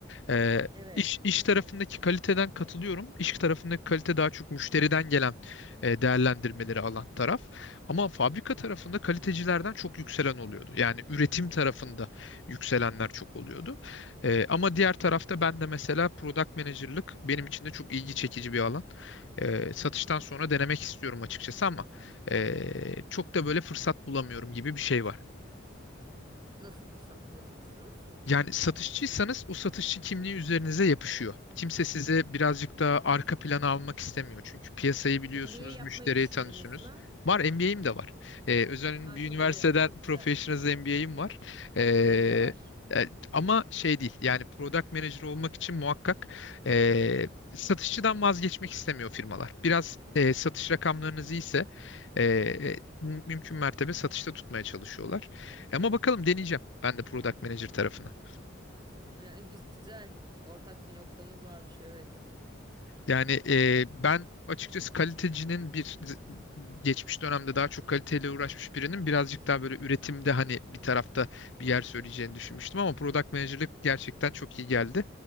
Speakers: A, on the left; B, on the right.
A: Ee,
B: Evet.
A: iş, iş tarafındaki kaliteden katılıyorum. İş tarafındaki kalite daha çok müşteriden gelen e, değerlendirmeleri alan taraf. Ama fabrika tarafında kalitecilerden çok yükselen oluyordu. Yani üretim tarafında yükselenler çok oluyordu. Ee, ama diğer tarafta ben de mesela product manager'lık benim için de çok ilgi çekici bir alan. Ee, satıştan sonra denemek istiyorum açıkçası ama e, çok da böyle fırsat bulamıyorum gibi bir şey var.
B: Nasıl fırsat bulamıyorsunuz?
A: Yani satışçıysanız o satışçı kimliği üzerinize yapışıyor. Kimse size birazcık daha arka plana almak istemiyor. Çünkü piyasayı biliyorsunuz,
B: MBA yapmayı
A: müşteriyi
B: düşündünüz
A: tanıyorsunuz.
B: mü?
A: Var MBA'im de var. Ee, özel
B: Aa,
A: bir
B: çok
A: üniversiteden
B: çok güzel.
A: Professionals MBA'im var. Ee,
B: Benim de var.
A: e, ama şey değil yani product manager olmak için muhakkak e, satışçıdan vazgeçmek istemiyor firmalar. Biraz e, satış rakamlarınız iyiyse e, e, mümkün mertebe satışta tutmaya çalışıyorlar. E, Ama bakalım deneyeceğim ben de product manager tarafına.
B: Ee, Güzel. Ortak bir noktamız varmış evet.
A: Yani e, ben açıkçası kalitecinin bir geçmiş dönemde daha çok kaliteyle uğraşmış birinin birazcık daha böyle üretimde hani bir tarafta bir yer söyleyeceğini düşünmüştüm ama product manager'lık gerçekten çok iyi geldi.